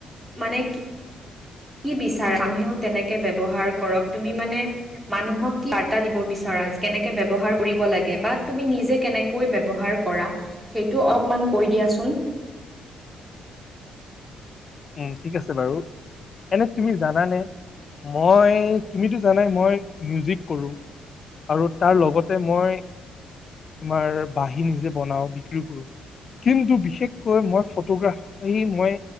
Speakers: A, in the centre; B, on the left.
A: মানে কি কি বিচাৰা মহেও তেনেকে ব্যৱহাৰ কৰক তুমি মানে মানুহক কি বাৰ্তা দিব বিচাৰা কেনেকে ব্যৱহাৰ কৰিব লাগে। বা তুমি নিজে কেনেকৈ ব্যৱহাৰ কৰা সেইটো অলপমান কৈ দিয়াচোন।
B: উম ঠিক আছে বাৰু এনে তুমি জানানে মই তুমিতো জানাই মই মিউজিক কৰোঁ আৰু তাৰ লগতে মই। তোমাৰ বাঁহী নিজে বনাও বিক্ৰী কৰো। কিন্তু বিশেষকৈ মই ফটোগ্ৰাফাৰী মই।